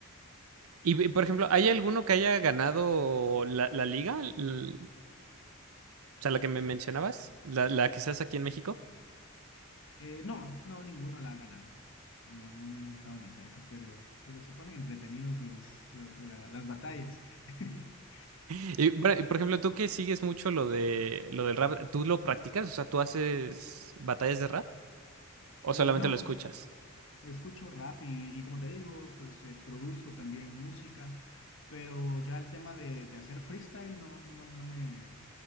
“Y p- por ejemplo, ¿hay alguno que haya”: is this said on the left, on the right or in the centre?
Right